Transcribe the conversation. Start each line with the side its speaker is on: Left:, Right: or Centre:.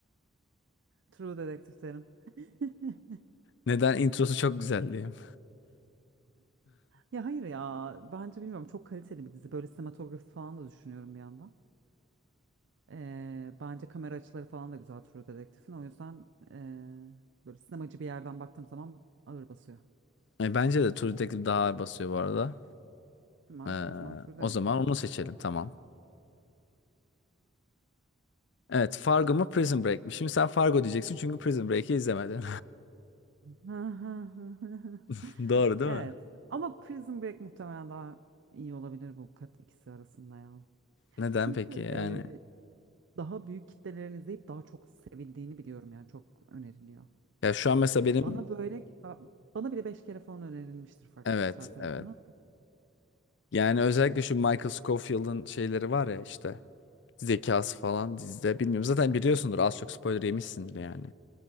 Right: True Detective derim. <laughs>
Left: Neden introsu çok güzel diyeyim.
Right: Ya hayır ya. Bence bilmiyorum. Çok kaliteli bir dizi. Böyle sinematografi falan da düşünüyorum bir yandan. Ee, bence kamera açıları falan da güzel True Detective'in. O yüzden ee, böyle sinemacı bir yerden baktığım zaman ağır basıyor.
Left: E, bence de True Detective daha ağır basıyor bu arada.
Right: Tamam,
Left: Ee,
Right: o zaman True Detective.
Left: o zaman onu seçelim tamam. Evet Fargo mu Prison Break mi? Şimdi sen Fargo diyeceksin çünkü Prison Break'i izlemedin.
Right: <laughs>
Left: <laughs> Doğru değil
Right: Evet,
Left: mi?
Right: ama Prison Break muhtemelen daha iyi olabilir bu kat ikisi arasında ya.
Left: Neden
Right: Çünkü
Left: peki yani?
Right: ee, daha büyük kitlelerin izleyip daha çok sevildiğini biliyorum yani çok öneriliyor.
Left: Ya şu an mesela
Right: Hani
Left: benim
Right: bana böyle bana bile beş kere falan önerilmiştir farklı
Left: evet
Right: kişiler tarafından.
Left: evet. Yani özellikle şu Michael Scofield'ın şeyleri var ya işte zekası falan dizide bilmiyorum. Zaten biliyorsundur
Right: Hı.
Left: az çok spoiler yemişsindir yani.